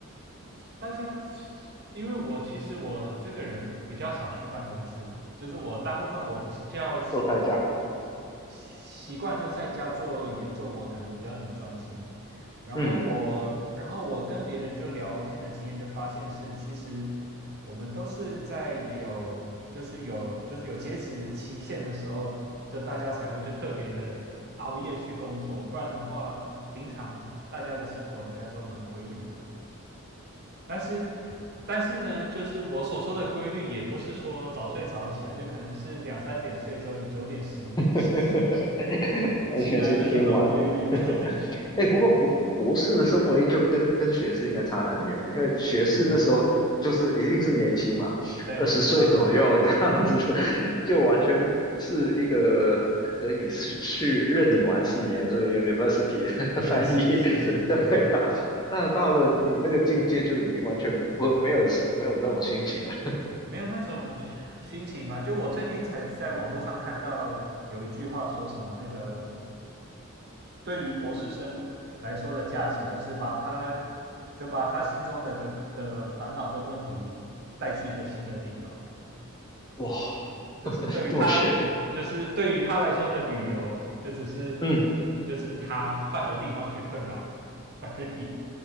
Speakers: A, on the right (about 45°); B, on the left (about 20°).
A: 大家因为我其实我这个人比较少去办公室，就是我大部分我比较
B: 都在家，
A: 习惯就在家做研究，我感觉比较能专心。然后我，
B: 嗯，
A: 然后我跟别人就聊天的经验，就发现是，其实我们都是在有，就是有，就是有截止期限的时候，就大家才会就特别的熬夜去工作，不然的话，平常大家的生活应该都蛮规律的。但是，但是呢，就是我所说的规律，也不是说早睡早起啊，就可能是两三点睡之后，就九点、十点起，
B: <laughs> 完全是偏晚的。
A: 起来的这种规律。<laughs> 对对对，
B: 哎，不过博博士的生活就跟跟学士应该差很远，因为学士那时候就是一定是年轻嘛，
A: 嗯哼，对对对，
B: 二十岁左右这样子，
A: 当然，嗯
B: <laughs> 就完全是一个可以是去任你玩四年，所以 university 的
A: ，yes，
B: <laughs> 翻译，
A: 是是是，
B: <laughs> 对啊。那到了你那个境界，就已经完全不没有没有那种心情了，
A: 没有那种心情吧？就我最近才在网络上看到有一句话说什么，那个对于博士生来说的假期，就是把他就把他心中的个的烦恼跟问题带去一个新的地方，
B: 哇
A: 就是对于他。
B: <laughs>，这么悬，
A: 就是对于他来说的旅游，就只是
B: 嗯。
A: 就只是他换个地方去困扰而已。